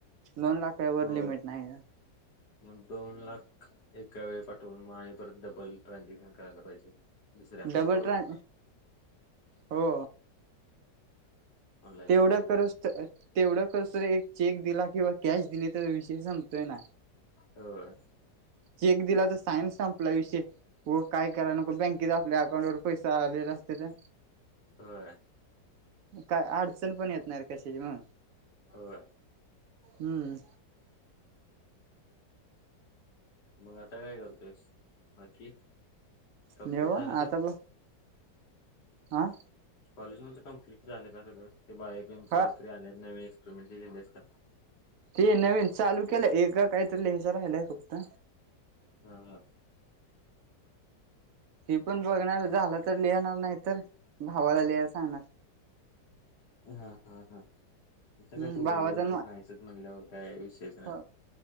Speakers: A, on the right; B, on the left.
A: दोन लाख त्यावर
B: हो
A: लिमिट नाही ना.
B: मग दोन लाख एका वेळी पाठवून मग आणि परत डबल ट्रांजेक्शन करायला पाहिजे. दुसऱ्या अकाउंट
A: डबल
B: वरून
A: ट्रां हो.
B: ऑनलाईन
A: तेवढं
B: केले
A: करूस तर, तेवढं करूस तर एक चेक दिला किंवा कॅश दिली तर विषय समतोय ना.
B: होय.
A: चेक दिला तर सायन्स संपला विषय हो काय करा नको, बँकेत आपल्या अकाउंट वर पैसे आलेले असत्यालं
B: होय.
A: काय अडचण पण येत नाही रे कशाची मग.
B: होय.
A: हम्म.
B: मग आता काय करतोयस बाकी. कंप्लीट
A: नाही बाबा
B: झालं सगळं
A: आता का. आं.
B: कॉलेज म्हणच कमप्लीट झालं का सगळं? ते बायो ते <unintelligible>
A: हा
B: थ्री आल्यात नवे एक्सपेरिमेंट ते लिहिलेस का?
A: ते नवीन चालू केलंय एक काहीतरी लिहायचं राहिलाय फक्त.
B: हा हा.
A: ते पण बघणार झाला तर लिहणार, नाही तर भावाला लिहायला सांगणार.
B: हा हा हा आता
A: हम्म
B: काय तू उद्या
A: भावाचा
B: दिवसभर नाहीसच, म्हणल्यावर काय विशेष
A: हो